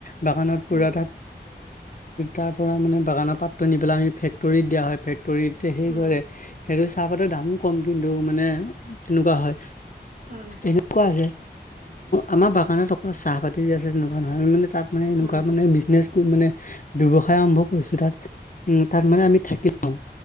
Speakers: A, on the left; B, on the right.
A: বাগানত পুৰা
B: উম,
A: তাত তাৰ পৰা মানে বাগানৰ পাতটো নি পেলাই আমি ফেক্টৰত দিয়া হয়ে। তৰি সেই
B: উম,
A: কৰে সেইটো চাহপাতৰ দামো কম কিন্তু মানে তেনেকুৱা হয়।
B: অ
A: কুৱছে আমাৰ বাগানত অকল চাহ পাতি দি আছে তেনেকুৱা নহয় আমি মানে। তাত মানে এনেকুৱা
B: উম,
A: মানে বিজনেছ মানে ব্যৱসায় আৰম্ভ কৰিছে তাত। উম, তাত মানে আমি থাকিও